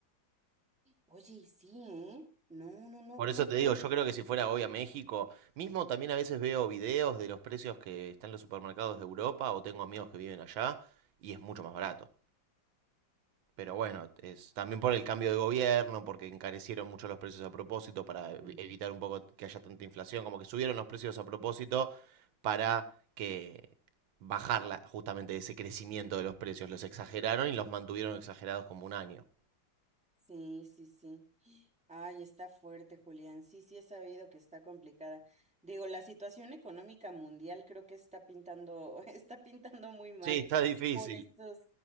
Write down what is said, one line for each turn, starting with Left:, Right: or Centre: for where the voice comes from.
Centre: Oye, y sí, ¿eh? No, no, no,
Right: Por
Centre: ¿cómo
Right: eso te
Centre: crees?
Right: digo, yo creo que si fuera hoy a México, mismo también a veces veo videos de los precios que están en los supermercados de Europa o tengo amigos que viven allá y es mucho más barato. Pero bueno, es también por el cambio de gobierno, porque encarecieron mucho los precios a propósito para ev-
Centre: Ujú.
Right: evitar un poco que haya tanta inflación, como que subieron los precios a propósito para que bajarla justamente ese crecimiento de los precios. Los exageraron y los mantuvieron exagerados como un año.
Centre: Sí, sí, sí. Ay, está fuerte, Julián. Sí, sí, he sabido que está complicada. Digo, la situación económica mundial creo que está pintando, <laughs> está pintando muy mal
Right: Sí, está difícil.
Centre: por estos,